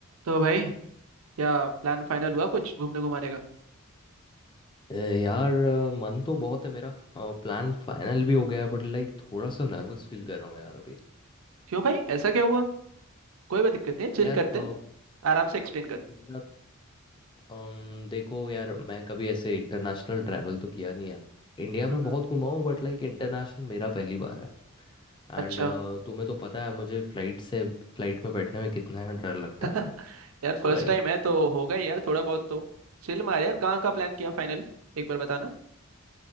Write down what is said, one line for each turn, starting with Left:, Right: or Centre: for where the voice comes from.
Right: तो भाई क्या प्लान फाइनल हुआ कुछ घूमने घुमाने का
Left: अ, यार अ, मन तो बहुत है मेरा प्लान फाइनल भी हो गया है बट लाइक थोड़ा सा नर्वस फील कर रहा हूँ यार अभी
Right: क्यों भाई ऐसा क्या हुआ कोई बात दिक्कत नहीं चिल
Left: यार
Right: करते
Left: अ,
Right: हैं आराम से एक्सप्लेन कर
Left: मेरा अम, देखो यार मैं कभी ऐसे इंटरनेशनल ट्रैवल तो किया नहीं है इंडिया
Right: हम्म
Left: में
Right: हम्म,
Left: बहुत घुमा हूँ बट लाइक इंटरनेशनल मेरा पहली बार है
Right: अच्छा
Left: एंड तुम्हें तो पता है मुझे फ्लाइट से फ्लाइट में बैठने में कितना ही डर लगता
Right: <laughs>
Left: है
Right: यार फर्स्ट
Left: तो लाइक
Right: टाइम है तो होगा ही यार थोड़ा बहुत तो चिल मार यार कहाँ का प्लान किया फाइनल एक बार बताना